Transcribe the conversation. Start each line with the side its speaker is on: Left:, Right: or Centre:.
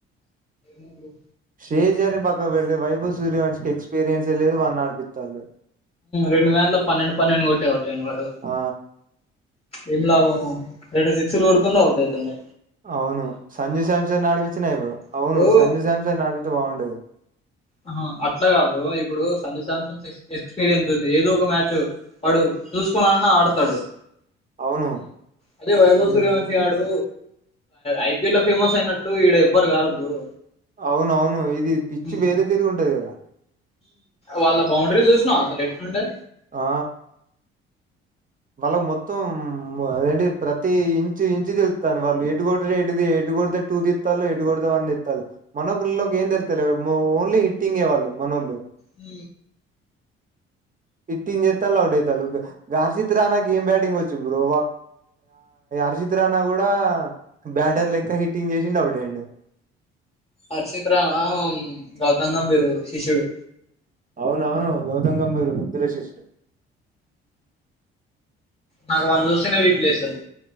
Left: ఉ
Right: స్టేజ అని పక్క పెడితే వైభవ్ సూర్యవంశి ఎక్స్పీరియన్స్ ఏ లేదు వాని అడిపిస్తళ్
Left: రెండు వేల పన్నెండు పన్నెండు కొట్టే అవుతాడి వాడు
Right: ఆ
Left: ఏం లాభము రెండు సిక్స్లు కొడుతుండు అవుట్ అవుతుండు
Right: అవును సంజు శాంసంగ్ నడిపిచ్చినా అవును
Left: ఇప్పుడు
Right: సంజు శాంసంగ్ నడిపితే బాగుండది
Left: ఆహ అట్లా కాదు ఇప్పుడు సంజయ్ సాసన్ ఎక్స్పీరియన్స్ ఉంది ఏదో ఒక మ్యాచ్ వాడు చూసుకున్నాన్నా ఆడతాడు
Right: అవును
Left: అదే వైభవ
Right: మ్మ్
Left: సూర్యవంశసి ఆడు ఐపీఎల్ లో ఫేమస్ అయినట్టు ఈడ ఇవ్వరు గారు బ్రో
Right: అవునవును ఇది పిచ్చి
Left: ఉమ్
Right: వేరే తిరిగి ఉంటది కదా
Left: వాళ్ళ బౌండరీ చూసినావ అసలు ఎట్లుండే
Right: ఆ వాళ్ళ మొత్తం అదంటి ప్రతి ఇంచు ఇంచు తెలుస్తాదీ వాళ్ళు ఎటు కొడితే ఎది ఎటు కొడితే టటు ఇత్తల్ హిడుగుడదవ్ అంది ఇత్తా మనలోకి ఏంద తెతా ఓన్లీ హిటింగ్ వాళ్ళు మనళలు
Left: హ
Right: ఇట్టిన్ చెస్తా అట్ అవుతాలు గార్షిత్ రానాక ఏం బ్యాటింగ్ వచ్చు బ్రో రు చిత్ర అనా కూడా బ్యాటరీ లెక్క హిట్టింగ్ చేసిండ అవుటైడూ
Left: అర్షిత్రాల గౌతమ్ గంబీర్ శిష్యుడు
Right: అవున అవును గౌతమ్ గంబీర్ ముద్దుల శిశుడు
Left: నాకు వాని చూస్తేనే విపి లేస్తది